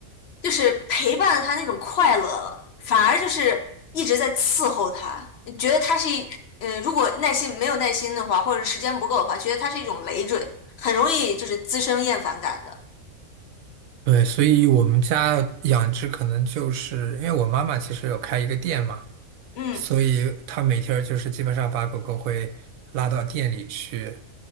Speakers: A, on the left; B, on the right.
A: 就是陪伴他那种快乐了，反而就是一直在伺候他，觉得他是一，呃，如果耐心没有耐心的话，或者时间不够的话，觉得他是一种累赘，很容易就是滋生厌烦感的。
B: 对，所以我们家养只可能就是因为我妈妈其实有开一个店嘛，
A: 嗯
B: 所以她每天儿就是基本上把狗狗会拉到店里去，